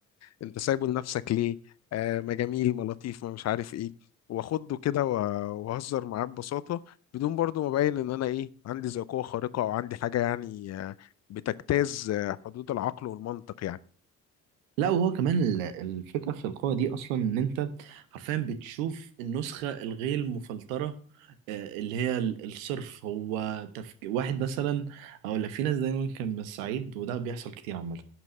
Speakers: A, on the left; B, on the right.
A: انت سايبه لنفسك ليه آه ما جميل ما لطيف ما مش عارف ايه واخده كده و- واهزر معاه ببساطة بدون برضو ما ابين ان انا ايه عندي ذي قوه خارقه او عندي حاجه يعني آه، بتجتاز آه، حدود العقل والمنطق يعني
B: لا وهو كمان ال- الفكرة في القوة دي أصلا إن أنت حرفيا بتشوف النسخة الغير مفلترة آه، اللي هي ال- الصرف هو تفك... واحد مثلا أقول لك في ناس دايما كان من الصعيد وده بيحصل كتير عامة